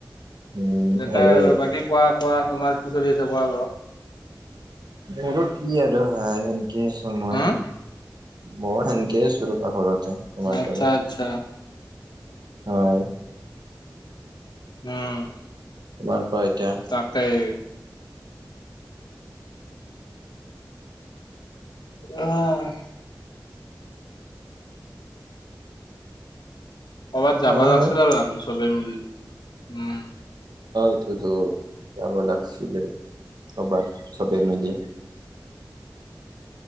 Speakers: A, on the right; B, on the left.
A: উম
B: <unintelligible>
A: সেয়ে
B: আৰু বাকী কোৱা কোৱা তোমাৰ কি চলি আছে কোৱা বাৰু।
A: মোৰো কি আৰু হাই সেনকে আছো মই,
B: হুম,
A: ময়ো সেনকে আছো। ঘৰতে তোমাৰ
B: আচ্ছা
A: দৰে।
B: আচ্ছা
A: হয়।
B: অ'।
A: তোমাৰ কোৱা এতিয়া
B: তাকেই। অ' কৰোবাত যাব
A: আহ
B: লাগছিল আৰু আমি চবেই মিলি উম।
A: সেইটোতো যাব লাগছিলে কবাত চবেই মিলি।